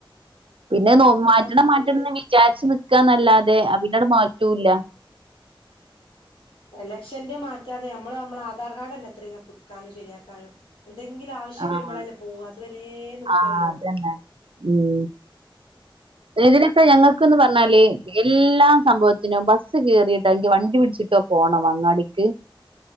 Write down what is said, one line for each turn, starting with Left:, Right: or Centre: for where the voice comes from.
Right: പിന്നെ
Left: പിന്നെന്താ
Right: നോ മാറ്റണം മാറ്റണന്ന്
Left: ഫുഡ്
Right: വി ചാരിച്ച് നിക്കാന്നല്ലാതെ അഹ് പിന്നട് മാറ്റൂല്ല
Left: എലക്ഷന്റെ മാറ്റാതെ നമ്മള് നമ്മളെ ആധാർ കാർഡല്ലെ എത്ര പുതുക്കാനും ശരിയാക്കാനും എന്തെങ്കിലും ആവശ്യം
Right: ആഹ്
Left: വരുമ്പളേല്ലേ പോവ അത് വരേ നിക്കുവല്ലോ
Right: ആഹ് അതന്നെ ഉം ഇതിനൊക്കെ ഞങ്ങൾക്കെന്ന് പറഞ്ഞാല് എല്ലാം സംഭവത്തിനും ബസ്സ് കേറിയിട്ടോ അല്ലെങ്കി വണ്ടി പിടിച്ചിട്ടോ പോണം അങ്ങാടി ക്ക്